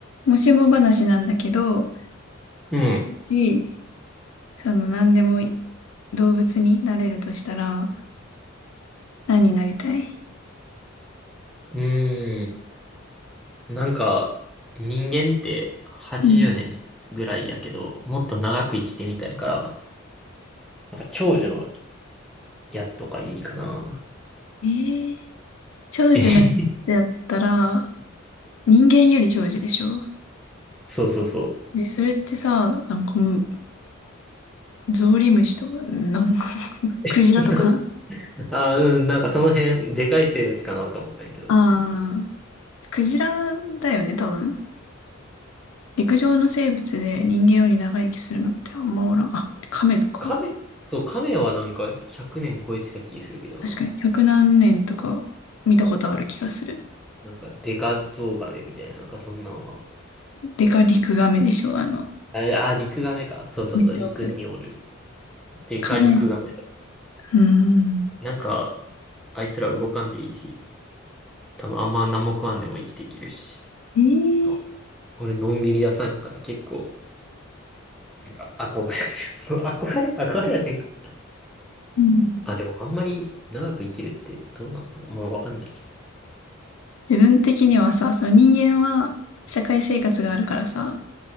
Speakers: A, on the left; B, in the centre.
A: もしも話なんだけど、も
B: うん。
A: し、その何でも動物になれるとしたら、何になりたい
B: うーん。なんか、人間って80年ぐらいやけど、
A: うん。
B: もっと長く生きてみたいから、なんか長寿のやつとかいいかな。
A: えー、長寿なんてやったら、
B: <laughs>
A: 人間より長寿でしょ
B: そうそうそう。
A: で、それってさ、なんかもう、ゾウリムシとか、なんか、
B: <laughs>
A: クジラとか
B: あー、うん、なんかその辺、でかい生物かなと思ったんやけど。
A: ああクジラだよね、多分。陸上の生物で人間より長生きするのってあんまおらん。あ、カメとか
B: 亀そう、亀はなんか100年超えてた気するけどな。
A: 確かに、百何年とか見たことある気がする。
B: なんかデカゾウガメみたいな、なんかそんなんは。
A: でかリクガメでしょ。あの、
B: あれ、あー、リクガメか。そうそうそう、
A: めっちゃ遅い。
B: 陸におる。デカリクガメ。
A: かなり、うーん。
B: なんか、あいつら動かんでいいし。多分あんま何も食わんでも生きていけるし。
A: えー
B: そう俺、のんびり屋さんやから結構、なんか憧れる。<laughs> 憧れ憧れやせんか。
A: うん
B: あ、でもあんまり長く生きるってどうなのかなまあわかんないけ
A: 自分的にはさ、その人間は社会生活があるからさ、